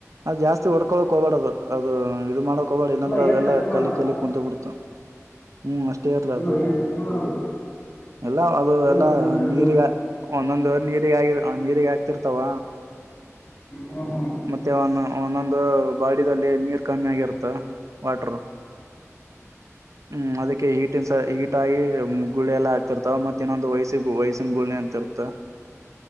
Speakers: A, on the right; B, on the left.
A: ಅದು ಜಾಸ್ತಿ ಹೊಡ್ಕೊಳಕ್ ಹೋಗಬೇಡದು ಅದು ಇದು ಮಾಡಕ್ ಹೋಗ್ಬೇಡ ಇಲ್ಲಾಂದ್ರೆ
B: ಇಲ್ಲ ಏನ್
A: ಅವೆಲ್ಲಾ
B: ಟಚ್ ಮಾಡಲ್ಲ
A: ಕಲಿ ಕಲಿ ಕುಂತ ಬಿಡ್ತು ಹ್ಮ್ ಅಷ್ಟೇ ಇರ್ಲ
B: ಇಲ್ಲ
A: ಅದು
B: ಏನ್ ಟಚ್ ಮಾಡಲ್ಲ ಅದು
A: ಎಲ್ಲ ಅದು ಎಲ್ಲಾ
B: ಸ್ವಲ್ಪ ಹೇಳ್ತೇನೆ
A: ನೀರಿಗ ಒಂದೊಂದ್ ವವರ್ ನೀರಿಗೆಗ ಆಗಿ ನೀರಿಗೆ ಆಕ್ತಿರ್ತಾವ
B: ಹ್ಮ್ ಹ್ಮ್
A: ಮತ್ತೆ ಒಂದು ಒಂದೊಂದು ಬಾಡಿದಲ್ಲಿ ನೀರ್ ಕಮ್ಯಾಗಿರುತ್ ತ್ತ ವಾಟರು ಹ್ಮ್ ಅದಕ್ಕೆ ಹೀಟನ್ ಸ ಹೀಟ್ ಆಗಿ ಗುಳಿ ಎಲ್ಲ ಹಾಕ್ತಿರ್ತವ, ಮತ್ತೆ ಇನ್ನೊಂದು ವಯ್ಸ ವಯ್ಸಿನ ಗುಳಿ ಅಂತಿರ್ ಮತ್ತು